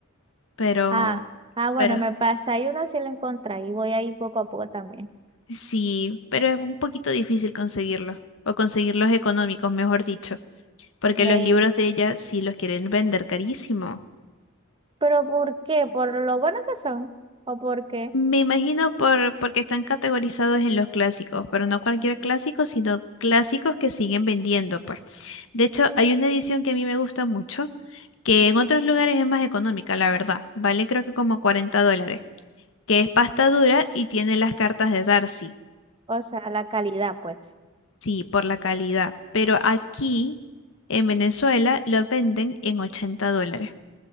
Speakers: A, on the left (about 65°); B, on the right (about 25°).
A: Pero,
B: Ah, ah, bueno,
A: pero
B: me pasa. Hay uno si lo encontré y voy ahí poco a poco también.
A: Sí, pero es un poquito difícil conseguirlos, o conseguirlos económicos, mejor dicho, porque
B: Me...
A: los libros de ella sí los quieren vender carísimo.
B: ¿Pero por qué? ¿Por lo bueno que son? ¿O por qué?
A: Me imagino por, porque están categorizados en los clásicos, pero no cualquier clásico, sino clásicos que siguen vendiendo, pues. De hecho, hay una edición que a mí me gusta mucho, que en otros lugares es más económica, la verdad. Vale creo que como 40 dólares, que es pasta dura y tiene las cartas de Darcy.
B: O sea, la calidad, pues.
A: Sí, por la calidad. Pero aquí en Venezuela lo venden en 80 dólares.